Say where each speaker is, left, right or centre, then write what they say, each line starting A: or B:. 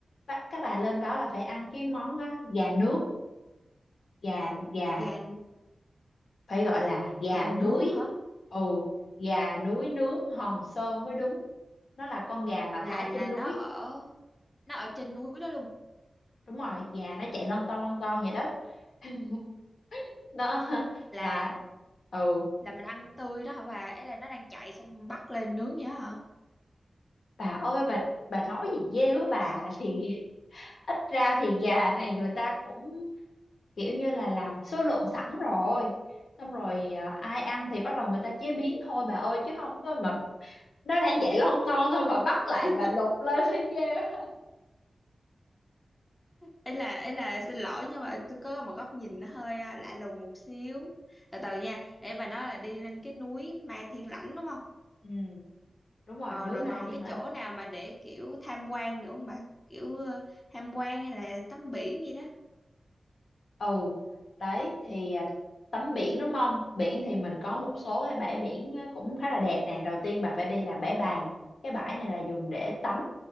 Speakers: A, on the left (about 75°); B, on the left (about 15°).
A: Ba- Các bà lên đó là phải ăn cái món á, gà nước, gà gà
B: gà
A: phải gọi là gà
B: gà nướng
A: núi.
B: hả
A: Ừ, gà núi nướng Hòn Sơn mới đúng. Nó là con gà mà
B: là
A: thả
B: là
A: trên
B: nó
A: núi.
B: ở nó ở trên núi đó luôn
A: Đúng rồi, gà nó chạy lon ton lon ton vậy đó. <laughs> Đó
B: là
A: là ừ,
B: là mình ăn tươi đó hả bà ấy là nó đang chạy xong bắt lên nướng vậy đó hả
A: bà ơi bà bà nói gì ghê quá bà thì ít ra thì gà này người ta cũng kiểu như là làm số lượng sẵn rồi xong rồi à, ai ăn thì bắt đầu người ta chế biến thôi bà ơi chứ không có mà nó đang chạy lon ton thôi mà bắt lại
B: <laughs>
A: bà lục lên thấy ghê quá.
B: ấy là ấy là xin lỗi nhưng mà tôi có một góc nhìn nó hơi à, lạ lùng một xíu từ từ nha ấy bà nói là đi lên cái núi Mai Thiên Lãnh đúng không
A: ừ đúng rồi
B: Ờ,
A: núi
B: rồi
A: ma
B: còn
A: thiên
B: cái
A: lãnh
B: chỗ nào mà để kiểu tham quan nữa không bà? Kiểu ờ, tham quan hay là tắm biển gì đó.
A: ừ đấy thì à, tắm biển đúng không biển thì mình có một số cái bãi biển à, cũng khá là đẹp nè đầu tiên bà phải đi là bãi Bàng cái bãi này là dùng để tắm